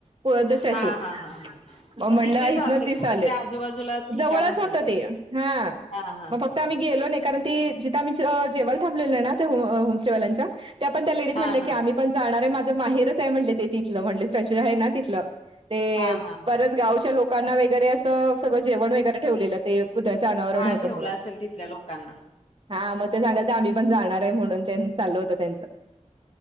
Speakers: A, on the right (about 45°); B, on the left (about 50°).
A: <unintelligible>
B: हां, हां, हां, हां.
A: <inaudible> हो
B: मग
A: म्हणलं.
B: तिथेच
A: इथंनं
B: असेल
A: दिसायलं.
B: कुठेतरी आजूबाजूला ठिकाण
A: जवळचं
B: असेल
A: होत ते. हा
B: हां, हां, हां.
A: फक्त आम्ही गेलो नाही, कारण ती जिथं आम्ही अ जेवायला थांबलो ना आहे ना होम स्टेवाल्यांचा त्या पण त्या लेडीज
B: हां,
A: म्हटल्या
B: हां.
A: की आम्ही पण जाणार आहे. माझं माहीरचं आहे म्हणले ते तिथलं म्हणले सचू आहे ना तिथलं. ते
B: हां, हां,
A: बरंच
B: हां.
A: गावच्या लोकांना वगैरे असं सगळं जेवण वगैरे ठेवलेलं. ते पुतळ्याचं अनावरण
B: हां,
A: होतं
B: ठेवलं
A: म्हणून.
B: असेल तिथल्या लोकांना.
A: हा मग ते झालं तर आम्ही पण जाणार आहे म्हणून चाललं होत त्यांच.